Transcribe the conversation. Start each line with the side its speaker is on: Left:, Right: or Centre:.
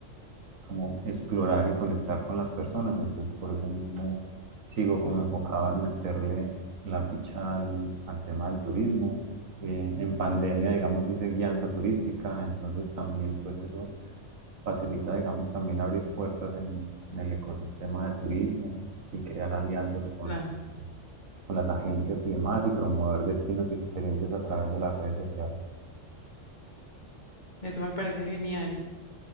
Right: como explorar y conectar con las personas. Entonces, por eso mismo sigo como enfocado en meterle la ficha al, al tema del turismo. Eh, en pandemia, digamos, hice guianza turística, entonces también pues eso facilita, digamos, también abrir puertas en, en el ecosistema de turismo y crear alianzas con
Left: Claro,
Right: con las agencias y demás y promover destinos y experiencias a través de las redes sociales.
Left: eso me parece genial.